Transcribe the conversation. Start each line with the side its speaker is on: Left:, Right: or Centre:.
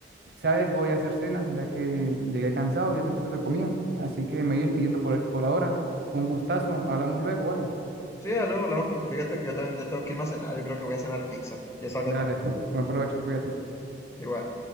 Right: ¿Sabes? Voy a hacer cena, ya que llegué cansado, voy a hacer un poquito de comida. Así que me voy despidiendo por, por ahora. Fue un gustazo. Hablamos luego, ¿vale?
Left: Sí, ya luego hablamos porque fíjate que yo también ya tengo que irme a cenar. Yo creo que voy a cenar pizza. Ya salgo
Right: Dale,
Left: tarde.
Right: buen provecho, cuídate.
Left: Igual.